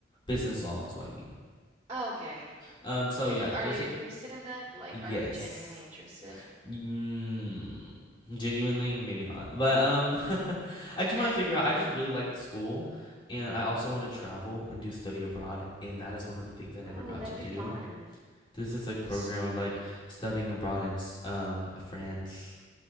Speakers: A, on the left; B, on the right.
A: Business law is what I mean.
B: Oh, okay.
A: Um, so
B: And
A: yeah,
B: are
A: there's
B: you
A: like
B: interested in that? Like,
A: yes,
B: are you genuinely interested?
A: mm, genuinely maybe not, but um, <laughs> I
B: Okay.
A: just want to figure out. I just really liked school, and
B: Mm-hmm.
A: I also want to travel and do study abroad, and that is one of the things I never
B: Oh,
A: got
B: that'd
A: to do.
B: be fun.
A: There's this
B: That'd
A: like program
B: be so
A: of
B: fun.
A: like studying abroad in s- um France.